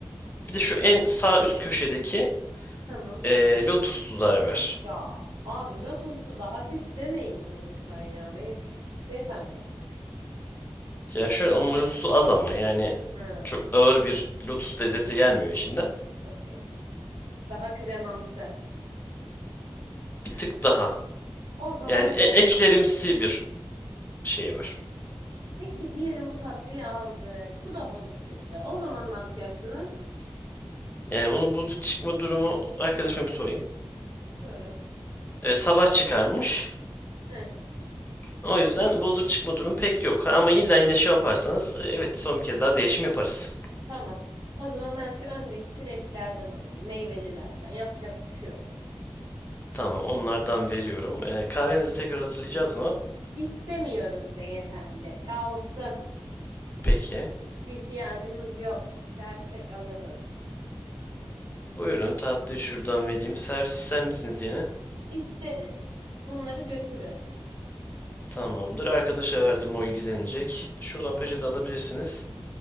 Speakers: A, on the left (about 20°); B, on the right (about 75°).
A: Bir de şu en sağ üst köşedeki
B: Tamam.
A: eee lotuslular var.
B: Ya abi Lotus'u da hafif demeyin ama lütfen ya. Bey beyefendi.
A: Yani şöyle onun lotusu az ama yani
B: Ha,
A: çok ağır bir lotus lezzeti gelmiyor içinden.
B: okey. Daha kremamsı.
A: Bir tık daha.
B: O zaman
A: Yani e-
B: tamam.
A: eklerimsi bir şey var.
B: Peki diyelim bu tatlıyı aldık. Bu da bozuk çıktı. O zaman ne yapacaksınız?
A: Yani bunun bozuk çıkma durumu arkadaşıma bir sorayım.
B: Sorun.
A: E, sabah
B: Evet.
A: çıkarmış.
B: Heh,
A: O yüzden bozuk çıkma durumu pek yok. Ha, ama illa yine şey yaparsanız e, evet son bir kez daha değişim yaparız.
B: tamam. O zaman ben şu öndeki freşlerden alayım. Meyvelilerden. Yapacak bir şey yok.
A: Tamam, onlardan veriyorum. Ee, kahvenizi tekrar hazırlayacağız mı?
B: İstemiyoruz beyefendi. Kalsın.
A: Peki.
B: İhtiyacımız yok. İstersek alırız.
A: Buyurun, tatlıyı şuradan vereyim. Servis ister misiniz yine?
B: İsteriz. Bunları götürün.
A: Tamamdır. Arkadaşa verdim, o ilgilenecek. Şuradan
B: Tamam.
A: peçete alabilirsiniz.